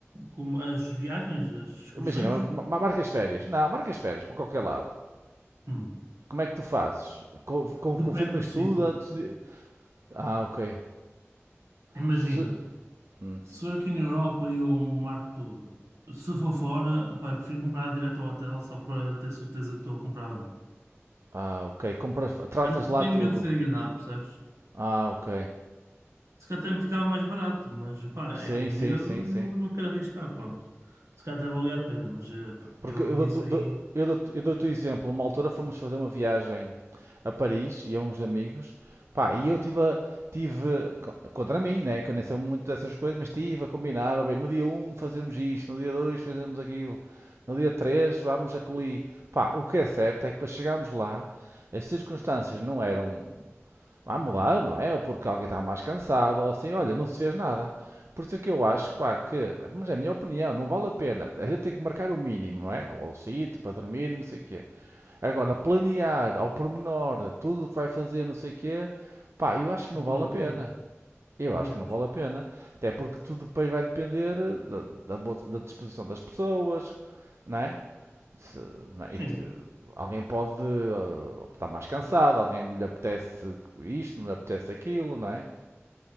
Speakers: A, on the right (about 85°); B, on the right (about 65°).
A: como as viagens, as excursões,
B: Imagina, ma- ma- marcas férias. Não, marcas férias para qualquer lado.
A: hum,
B: Como é que tu fazes? Co- co-
A: depende
B: confirmas
A: do sítio.
B: tudo antes de. Ah, ok.
A: Imagina.
B: Se- hum.
A: Se for aqui na Europa, eu marco tudo. Se for fora, pá, eu prefiro comprar direto ao hotel só para ter certeza que estou a comprar bem.
B: Ah, ok. Compras, tratas
A: Mas não-
B: lá
A: tenho
B: tudo.
A: medo de ser enganado, percebes?
B: Ah, ok.
A: Se calhar até me ficava mais barato, mas pá,
B: Sim,
A: é o medo
B: sim, sim, sim.
A: e eu não quero arriscar, ponto. Se calhar até valia a pena, mas eh, pá,
B: Porque
A: eu
B: eu
A: nisso
B: dou-te
A: aí,
B: dou- eu dou-te- eu dou-te o exemplo. Uma altura fomos fazer uma viagem a Paris, e a uns amigos, pá, e eu tive, a- tive co- contra mim, né, que eu nem sei muito dessas coisas, mas tive a combinar, ó bem, no dia um fazemos isto, no dia 2 fazemos aquilo, no dia 3 vamos a Coli. Pá, o que é certo é que para chegarmos lá, as circunstâncias não eram Vai mudar, não é? Ou porque alguém está mais cansado, ou assim, olha, não se fez nada. Por isso é que eu acho,
A: pois,
B: pá, que, mas é a minha opinião, não vale a pena. A gente tem que marcar o mínimo, não é? Ou o sítio para dormir, não sei o quê. Agora, planear ao pormenor tudo o que vai fazer, não sei o quê, pá, eu acho que
A: não
B: não vale
A: vale
B: a
A: a
B: pena.
A: pena,
B: Eu
A: também
B: acho que
A: acho.
B: não vale a pena. Até porque tudo depois vai depender eh, da, da boa- da disposição das pessoas, não é? Se, não é?
A: Sim,
B: E eh, alguém pode eh, estar mais cansado, alguém não lhe apetece isto, não lhe apetece aquilo, não é?